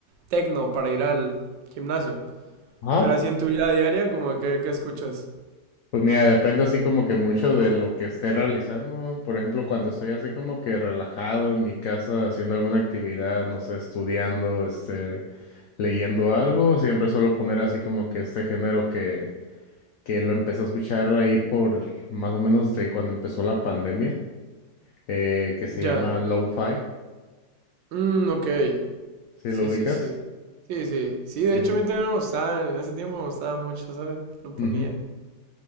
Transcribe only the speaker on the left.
Ajá.
Pues mira, depende así como que mucho de lo que esté realizando. Por ejemplo, cuando estoy así como que relajado en mi casa haciendo alguna actividad, no sé, estudiando, este, leyendo algo, siempre suelo poner así como que este género que, que lo empecé a escuchar ahí por más o menos de cuando empezó la pandemia, eh, que se
llama lo-fi,
¿sí
lo ubicas?
Sí.
Ujú.